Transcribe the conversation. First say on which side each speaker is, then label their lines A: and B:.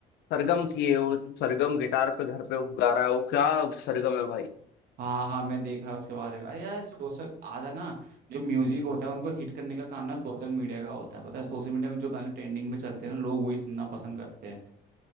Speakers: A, on the left (about 80°); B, on the right (about 65°).
A: सरगम की है वो सरगम गिटार पे घर पे वो गा रहा है वो क्या सरगम है भाई
B: हाँ हाँ मैं देखा है उसके बारे में अरे यार सोशल आधा ना जो म्यूजिक होता है उनको हिट करने का काम ना सोशल मीडिया का होता है पता है सोशल मीडिया में जो गाने ट्रेंडिंग में चलते हैं ना लोग वही सुनना पसंद करते हैं